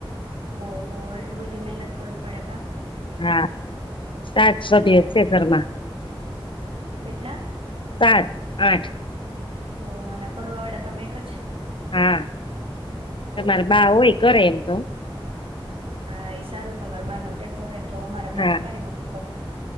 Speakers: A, on the right (about 75°); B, on the left (about 60°).
A: ઓહ બોહ એટલું બધું મહેનત કરવી પડે કા.
B: હા સાત સભ્યો
A: પાછા
B: છે ઘરમાં
A: કેટલા
B: સાત. આઠ.
A: ઓ અને કરવા વાળા તમે એક જ.
B: હા તમારે
A: ઓહો
B: બા હોય ઘરે એમ તો.
A: હા એ સારું તમાર બા ન ટેકો રે -- તો અમારા બાતો
B: હા
A: કાંઈ નોતું કરતા